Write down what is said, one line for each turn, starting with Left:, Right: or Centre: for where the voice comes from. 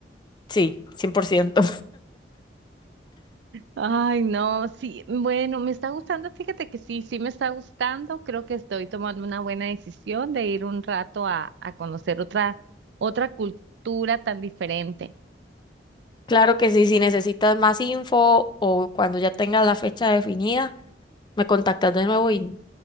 Left: Sí, cien por ciento
Right: Ay, no, sí, bueno, me está gustando, fíjate que sí, sí me está gustando, creo que estoy tomando una buena decisión de ir un rato a, a conocer otra, otra cultura tan diferente.
Left: <laughs> Claro que sí, si necesitas más info o cuando ya tengas la fecha definida, me contactas de nuevo y